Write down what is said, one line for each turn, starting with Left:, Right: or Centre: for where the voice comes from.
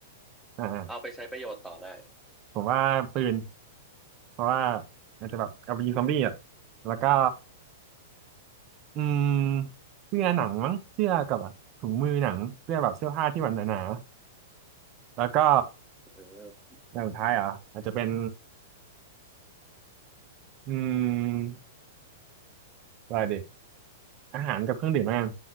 Right: อ่าอ่า
Centre: เอาไปใช้ประโยชน์ต่อได้
Right: ผมว่าปืนเพราะว่าอาจจะแบบเอาไปยิงซอมบี้อ่ะแล้วก็อืมเสื้อหนังมั้งเสื้อกับอะถุงมือหนังเสื้อแบบเสื้อผ้าที่แบบหนาๆแล้วก็
Centre: อืม
Right: อย่างสุดท้ายเหรออาจจะเป็นอืมอะไรดีอาหารกับเครื่องดื่มแล้วกัน